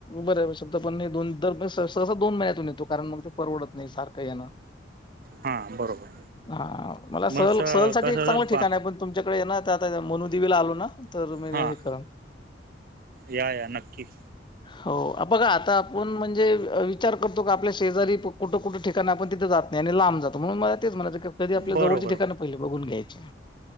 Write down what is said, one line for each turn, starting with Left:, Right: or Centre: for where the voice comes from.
Left: बरे <unintelligible> <unintelligible> म तू काय म्हणे परवडत नाही सारखं येणं
Right: हां बरोबर
Left: हा, मला सहल
Right: मग स
Left: सहल साठी
Right: कसं
Left: एक चांगलं
Right: जर
Left: ठिकाण
Right: बा
Left: आहे. पण तुमच्या कळे ना आता आता मोनु दिवेला आलो ना तर मग
Right: हां
Left: हे करन.
Right: या या नक्कीच.
Left: हो बघा आता आपून म्हणजे विचार करतो का आपल्या शेजारी कुट कुट ठे कारण आपण तिथं जात नाही आणि लांब जातो म्हणून म तेच म्हणायच कधी आपल्या
Right: बरोबर
Left: जवळची ठिकाणं पहिली बघून घ्यायचे.